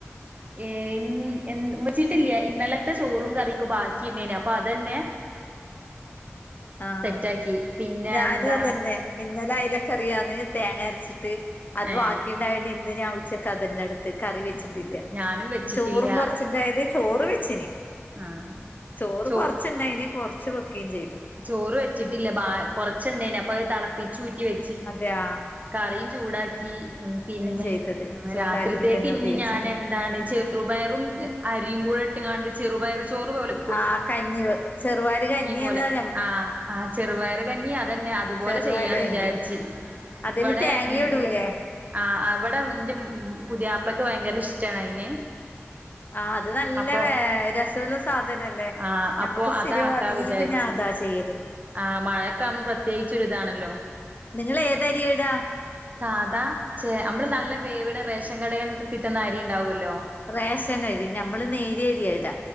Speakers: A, on the right (about 35°); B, on the left (about 40°).
A: ഏഹ് ഇന്ന് വെച്ചിട്ടില്ല ഇന്നലത്തെ ചോറും കറിയൊക്കെ ബാക്കിണ്ടായിന്ന് അപ്പോ അതന്നെ
B: ആഹ്
A: സെറ്റാക്കി പിന്നെ
B: ഞാനും
A: എന്താ
B: അതന്നെ ഇന്നലെ അയല കറിയാന്ന് തേങ്ങ അരച്ചിട്ട് അത്
A: ഏഹ്
B: ബാക്കിണ്ടായോണ്ട് ഇന്ന് ഞാൻ ഉച്ചക്ക്‌ അതന്നെ എടു ത്ത് കറി വെച്ചിട്ടില്ല
A: ഉം ഞാനും വെച്ചിട്ടില്ല
B: ചോറും കുറച്ചുണ്ടായത് ചോറ് വെച്ചിന്
A: ആഹ്
B: ചോറ്
A: ചോ
B: കൊറച്ചുണ്ടായിന് കൊറച്ച് വെക്കുകയും ചെയ്ത്
A: ചോറ് വെച്ചിട്ടില്ല ബാ കൊറച്ചുണ്ടായിന്ന് അപ്പോ തിളപ്പിച്ച് ഊറ്റി വെ
B: അതെയോ
A: കറിയും ചൂടാക്കി പിന്നെ
B: ചെയ്തത് ചൂടാക്കിട്ടന്നെ
A: രാത്രിത്തേക്ക് ഇനി
B: ഉപയോഗിച്ചത്
A: ഞാൻ എ എന്താണ് ചെറുപയറും അരിയും കൂടെ ഇട്ടങ്ങാണ്ട് ചെറുപയർ ചോറ്പോലെ
B: ആഹ് കഞ്ഞിവെ ചെറുപയറ് കഞ്ഞിന്ന്
A: പോലെ
B: ന
A: ആഹ് ആ ചെറുപയറ് കഞ്ഞി അതന്നെ അതുപോലെ
B: ചെറുപയറ്
A: ചെയ്യാന്ന്
B: കഞ്ഞി
A: വിചാരിച്ച്
B: അതില്
A: ഇവിടെ
B: തേങ്ങയും
A: ഇമ്
B: ഇടൂലേ
A: ഇമ് ആഹ് അവിടെ ഇന്റെ പുതിയാപ്പിളെക്ക്‌ ഭയങ്കര ഇഷ്ടാണ് അയിന്
B: ആഹ് അത് നല്ല
A: അപ്പൊ
B: രസള്ള സാധനല്ലേ
A: ആഹ്
B: നമ്മക്ക്
A: അപ്പൊ
B: സ്ഥിരവും
A: അതാക്കാ
B: അധികവും
A: വിചാരിച്ച്
B: ഞാൻ അതാ ചെയ്യല്
A: ആഹ് മഴയക്കെ ആകുമ്പോ പ്രത്യേകിച്ചൊരിതാണല്ലോ
B: നിങ്ങള് ഏത് അരിയാ ഇട
A: സാധാ ചെ നമ്മള് നല്ല വേവിണ റേഷൻ കട കിട്ടുന്ന അരി ഉണ്ടാവുല്ലോ
B: റേഷൻ അരി ഞമ്മള് നേരിയ അരിയാ ഇട